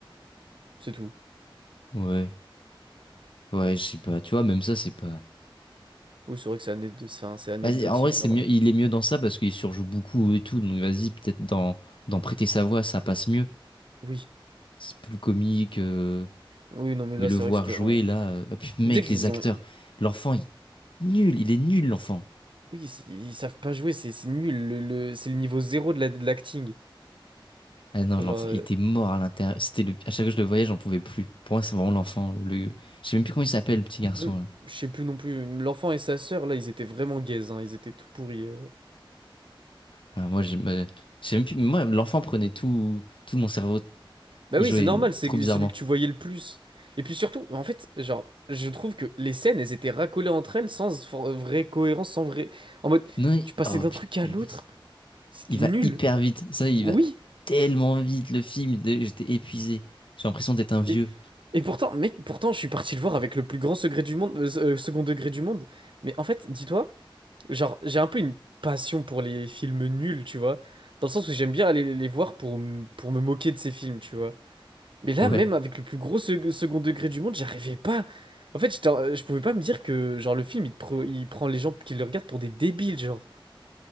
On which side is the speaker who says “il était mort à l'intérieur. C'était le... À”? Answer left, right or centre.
Left